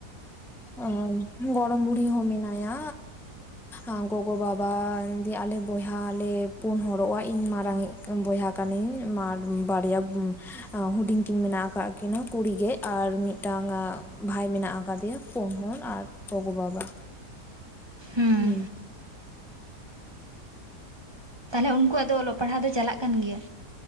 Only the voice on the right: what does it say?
ᱦᱮᱸ
ᱛᱟᱦᱞᱮ ᱩᱱᱠᱩᱣᱟᱜ ᱫᱚ ᱚᱞᱚᱜ ᱯᱟᱲᱦᱟᱣ ᱫᱚ ᱪᱟᱞᱟᱜ ᱠᱟᱱ ᱜᱮᱭᱟ